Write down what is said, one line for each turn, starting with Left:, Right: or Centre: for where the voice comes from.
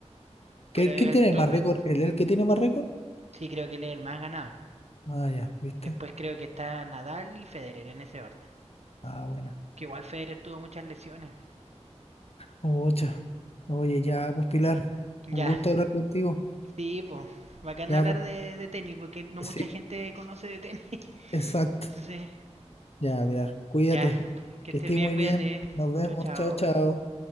Left: ¿Qué-
Right: Pero eventualmente
Left: ¿Quién tiene más récord? ¿El, el que tiene más récord?
Right: Sí, creo que él es el más ganador.
Left: Ah, ya, ¿viste?
Right: Después creo que está Nadal y Federer en ese orden.
Left: Ah, buena.
Right: Que igual Federer tuvo muchas lesiones.
Left: Ocha. Oye, ya, pues, Pilar.
Right: Ya,
Left: Un gusto hablar contigo.
Right: sí, pues. Bacán
Left: Ya,
Right: hablar
Left: pues.
Right: de, de tenis porque no
Left: Sí,
Right: mucha gente conoce de tenis. <laughs>
Left: exacto.
Right: Sí.
Left: Ya, Pilar. Cuídate.
Right: Ya, que
Left: Que
Right: estés
Left: estés
Right: bien,
Left: muy
Right: cuídate.
Left: bien. Nos vemos.
Right: Chao, chao.
Left: Chao, chao.